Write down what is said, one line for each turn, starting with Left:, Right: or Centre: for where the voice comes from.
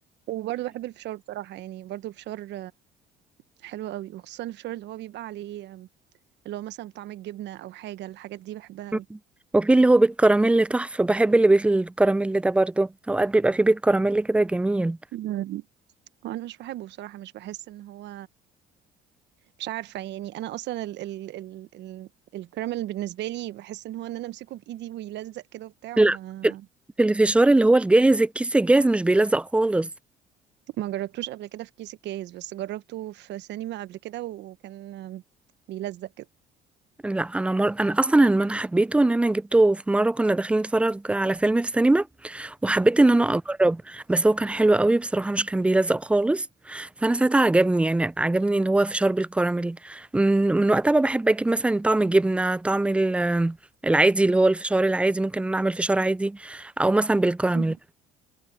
Right: وبرضه بحب الفشار بصراحة يعني برضه الفشار حلو قوي وخصوصا الفشار اللي هو بيبقى عليه اللي هو مثلا طعم الجبنة أو حاجة الحاجات دي بحبها قوي
Centre: مم. وفي اللي هو بالكراميل طحف بحب اللي بالكراميل ده برضو اوقات بيبقى فيه بالكراميل كده جميل
Right: مم. انا مش بحبه بصراحة مش بحس ان هو مش عارفة يعني انا اصلا ال ال ال ال الكراميل بالنسبة لي بحس ان هو ان انا امسكه بايدي ويلزق كده وبتاع
Centre: لا
Right: ما
Centre: في في الفشار اللي هو الجاهز الكيس الجاهز مش بيلزق خالص
Right: ما جربتوش قبل كده في كيس الجاهز بس جربته في سينما قبل كده وكان بيلزق كده
Centre: لا انا مر... انا اصلا لما انا حبيته ان انا جبته في مره كنا داخلين نتفرج على فيلم في السينما وحبيت ان انا اجرب بس هو كان حلو قوي بصراحه مش كان بيلزق خالص فانا ساعتها عجبني يعني عجبني ان هو فشار بالكراميل من... من وقتها بقى بحب اجيب مثلا طعم الجبنه طعم ال... العادي اللي هو الفشار العادي ممكن إن انا اعمل فشار عادي او مثلا بالكراميل
Right: مم.